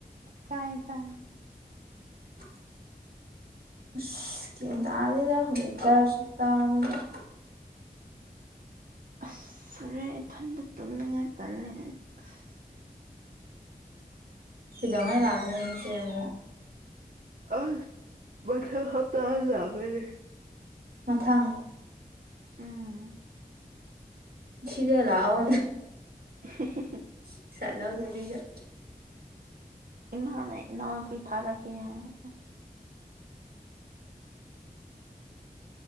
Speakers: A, on the right; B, on the right.
A: ꯇꯥꯏꯌꯦ ꯇꯥꯏꯌꯦ
B: <inaudible> ꯑꯁ ꯒ꯭ꯌꯟ ꯇꯥꯗꯦꯗ ꯋꯦꯗꯔ ꯁꯛꯇꯥꯁꯤꯒ
A: ꯑꯁ ꯍꯨꯔꯦꯟ ꯏꯊꯟꯗ ꯇꯨꯝꯅꯤꯡꯉꯥꯏ ꯇꯜꯂꯦ ꯑꯩ ꯑꯁ
B: ꯀꯩꯗꯉꯩ ꯂꯥꯛꯀꯅꯤ ꯅꯆꯦ ꯑꯃꯨꯛ
A: ꯑꯁ ꯃꯊꯪ ꯍꯥꯞꯇꯗ ꯂꯥꯛꯀꯅꯤ
B: ꯃꯊꯪ
A: ꯎꯝ
B: ꯁꯤꯗ ꯂꯥꯛꯑꯣ
A: <unintelligible>
B: <unintelligible> ꯂꯧꯗꯕꯤꯗ
A: ꯏꯃꯥꯅ ꯏꯅꯥꯎꯅꯨꯄꯤ ꯊꯥꯔꯛꯀꯦ ꯍꯥꯏ ꯑ